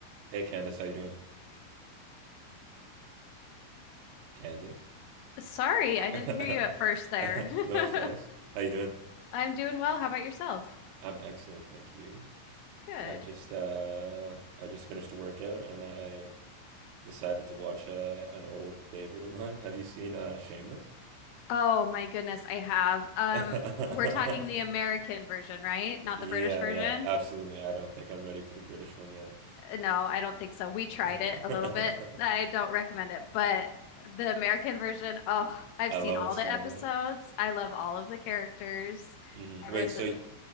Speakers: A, on the right; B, on the left.
A: Hey Candace, how you doing? Candace?
B: Sorry, I didn't
A: <laughs>
B: hear you at first there.
A: No
B: <laughs>
A: stress. How you doing?
B: I'm doing well. How about yourself?
A: I'm excellent, thank you.
B: Good.
A: I just uh I just finished a workout and I decided to watch uh, an old favorite of mine. Have you seen uh Shameless?
B: Oh my goodness, I have. Um,
A: <laughs>
B: we're talking the American version, right? Not
A: Yeah,
B: the British version.
A: yeah, absolutely. I don't think I'm ready for the British one yet.
B: Uh, No, I don't think so. We tried
A: <laughs>
B: it a little bit. I don't recommend it, but the American version, oh, I've
A: I
B: seen
A: love
B: all
A: it so
B: the episodes.
A: much.
B: I love all of the characters.
A: hmm Wait,
B: Everyone's
A: so
B: amazing.